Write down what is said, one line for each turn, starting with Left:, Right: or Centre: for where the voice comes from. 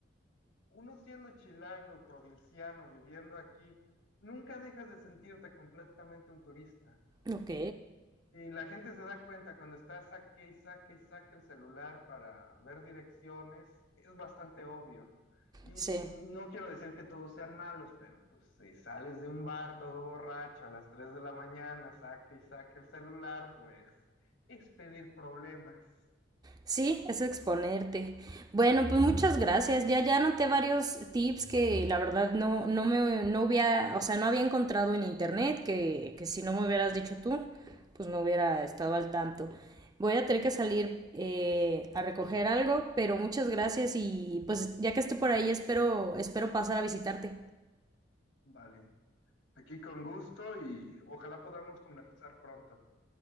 Left: uno siendo chilango, provinciano, viviendo aquí, nunca dejas de sentirte completamente un turista.
Right: Ok,
Left: Y la gente se da cuenta cuando estás saque y saque y saque el celular para ver direcciones, es bastante obvio. Y
Right: sí.
Left: s- no quiero decir que todos sean malos, pero pues si sales de un bar todo borracho a las 3 de la mañana, saque y saque el celular, pues es pedir problemas.
Right: Sí, es exponerte. Bueno, pues muchas gracias. Ya ya anoté varios tips que la verdad no, no me no había, o sea, no había encontrado en internet, que, que si no me hubieras dicho tú, pues no hubiera estado al tanto. Voy a tener que salir eh, a recoger algo, pero muchas gracias y pues ya que esté por ahí espero, espero pasar a visitarte.
Left: Vale. Aquí con gusto y ojalá podamos conversar pronto.